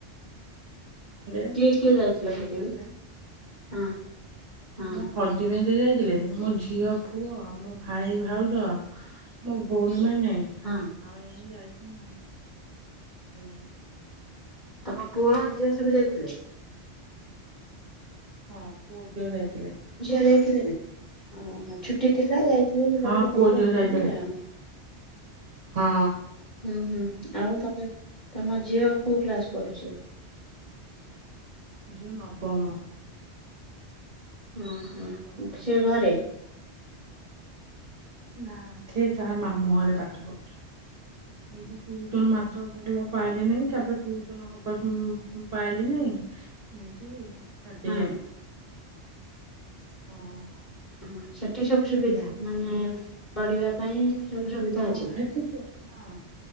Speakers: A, on the right (about 55°); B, on the left (about 45°).
A: <unintelligible>
B: କିଏ
A: <unintelligible>
B: କିଏ
A: ଆମ
B: ଯାଇଥିଲ
A: ଭଉଣୀମାନେ
B: ସେଠିକି? ହଁ ହଁ
A: ମୁଁ ହଦିବେନ୍ଦ ଯାଇଥିଲେ ମୋ ଝିଅ ପୁଅ ଆଉ ମୋ ଭାଇ ଭାଉଜ ମୋ ଭଉଣୀ ମାନେ।
B: ହଁ।
A: ଆଉ ଏମିତି ଯାଇଥିନୁ ଆଉ। ଉଁ।
B: ତମ ପୁଅ ଝିଅ ସବୁ ଯାଇଥିଲେ?
A: ହଁ ପୁଅ ଝିଅ ଯାଇଥିଲେ।
B: ଝିଅ ଯାଇଥିଲେ ନା, ଅ ହ ଛୁଟି ଥିଲା ଯାଇଥିବେ ବୁଲାବୁଲି
A: ହଁ ପୁଅ
B: କରିକି
A: ଝିଅ
B: ଆସିଥିବେ
A: ଯାଇଥିଲେ
B: ଆଉ।
A: ହଁ।
B: ହୁଁ ହୁଁ ଆଉ ତମେ ତମ
A: ଯାଇଥିଲେ
B: ଝିଅ କୋଉ କ୍ଲାସ୍ ପଢୁଛି?
A: ଝିଅ ନବମ।
B: ହୁଁ ହୁଁ ହୁଁ
A: ନବମ
B: ସିଏ ଘରେ।
A: ନା ଥିଏ ଥା ମାମୁଁ ଘରେ ପାଠ ପଢୁଛି।
B: <inaudible>
A: ଏଇଠି ଟୁଛନ ମାଥର ଭଲ ପାଇଲି ନାହିଁ ତାପରେ ଟୁଛନ ହବାକୁ ମୁଁ ପାଇଲି ନାହିଁ ନେଇକି ଛାଡି
B: ହଁ
A: ଦେଇ ଆଇଲି ହଁ।
B: ହଁ ସେଠି ସବୁ ସୁବିଧା ମାନେ ପଢିବା ପାଇଁ ସବୁ ସୁବିଧା
A: ହଁ
B: ଅଛି।
A: ହେଠି ଛୁ ହଁ।